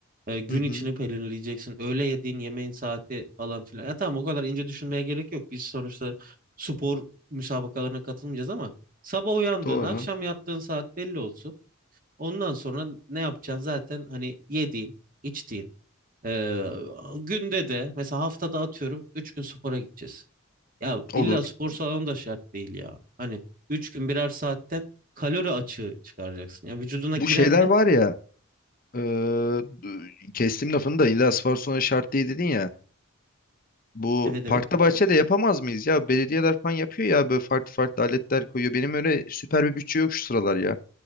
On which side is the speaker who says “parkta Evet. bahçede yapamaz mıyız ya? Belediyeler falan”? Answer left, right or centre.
Left